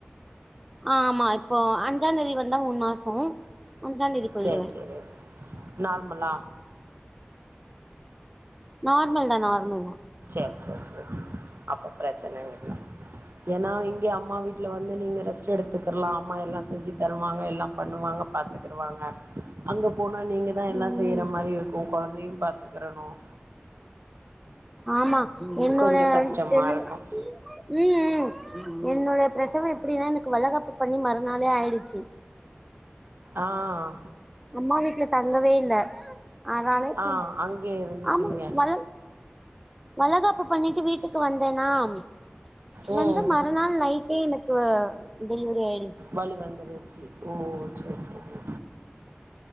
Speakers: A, in the centre; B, on the right (about 65°).
A: ஆ ஆமா இப்போ அன் அஞ்சாந்தேதி வந்தா மூணு மாசம் அஞ்சாந்தேதி போயிடுவேன்
B: சரி, சரி. நார்மலா
A: நார்மல்தா நார்மல்தா
B: சேர் சேர் அப்ப பிரச்சன இல்ல ஏன்னா இங் க அம்மா வீட்ல வந்து நீங்க ரெஸ் ரெஸ்ட் எடுத்துக்கலாம் அம்மா எல்லாம் செஞ்சு தருவாங்க எல்லாம் பண்ணுவாங்க பாத்துக்குறுவாங்க அங்க போனா நீங்க தான் எல்லாம்
A: ம்
B: செய்யற மாரி இருக்கும் கொழந்தையும் பாத் துக்கறனும்
A: ஆமா என்னோட
B: கொஞ்சம் கஷ்டமா
A: டெலி உம்
B: இருக்கும்.
A: உம் என்னுடைய பிரசவம் எப்டினா எனக்கு வளகாப்பு பண்ணி மறுநாளே ஆய்டுச்சு
B: ஆஹ்
A: ம்மா வீட்ல தங்கவே இல்ல அதாலே இப்பொ
B: ஆ அங்கே இருந்துட்டீங்க
A: ஆமா வளழ் வளகாப்பு பண்ணிட்டு வீட்டுக்கு வந்தேனாம்
B: ம்
A: வந்து மறுநாள் நைட்டே எனக்கூ டெலிவிரி ஆய்
B: வழி வந்துருச்சி ஓ சேர் செரி